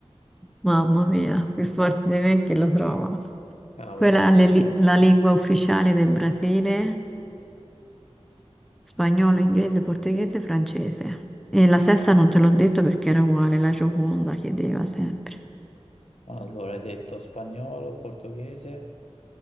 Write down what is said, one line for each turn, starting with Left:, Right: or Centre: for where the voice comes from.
Centre: Mamma mia, più forte di me chi lo trova.
Left: Cavolo.
Centre: Quella è la li- la lingua ufficiale del Brasile, spagnolo, inglese, portoghese, francese. E la sesta non te l'ho detto perché era uguale, la Gioconda chiedeva sempre.
Left: Allora, hai detto spagnolo, portoghese,